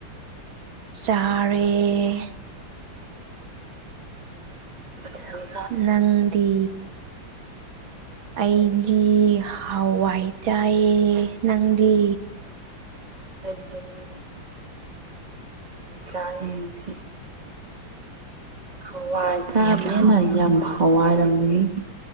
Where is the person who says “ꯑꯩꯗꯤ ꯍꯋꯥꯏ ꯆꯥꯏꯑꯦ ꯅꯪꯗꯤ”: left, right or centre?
Right